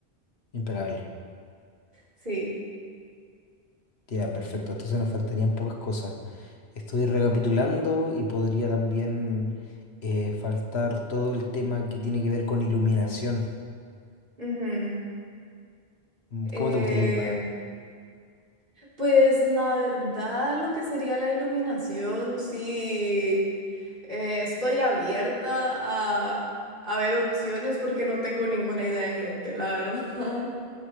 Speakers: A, on the left; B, on the right.
A: Impecable.
B: Sí.
A: Ya, perfecto. Entonces nos faltarían pocas cosas. Estoy recapitulando y podría también eh, faltar todo el tema que tiene que ver con iluminación.
B: Ujú.
A: Mm,
B: Eh,
A: ¿Cómo te gustaría que fuera?
B: Pues la verdad, lo que sería la iluminación, sí, eh, estoy abierta a, a ver opciones porque no tengo ninguna idea en mente, la verdad. <laughs>